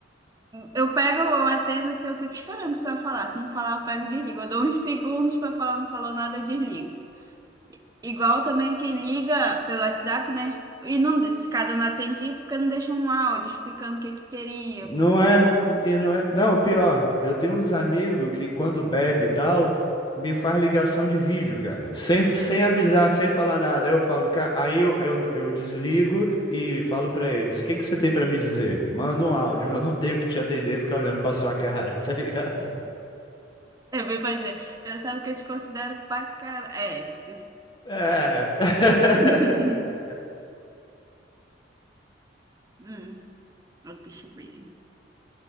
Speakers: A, on the right; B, on the left.
A: Eu pego, eu atendo, assim, eu fico esperando a pessoa falar. Se não falar, eu pego e desligo. Eu dou uns segundos pra falar, não falou nada, eu desligo. Igual também quem liga pelo WhatsApp, né? E não, se cada um não atende, porque não deixa um áudio explicando o que que queria.
B: Não
A: pra-
B: é, e não é. Não, pior, eu tenho uns amigos que quando bebe e tal, me faz ligação de vídeo, cara. Sem, sem avisar, sem falar nada. Aí eu falo, ca- aí eu, aí eu, eu desligo e falo pra eles: o que que você tem pra me dizer? Manda um áudio, eu não tenho que te atender e ficar olhando pra sua cara, <laughs> tá ligado?
A: Eu venho pra dizer, eu sabe que eu te considero pra cara. É, esse.
B: É. <laughs>
A: <laughs> Hum, deixa eu ver.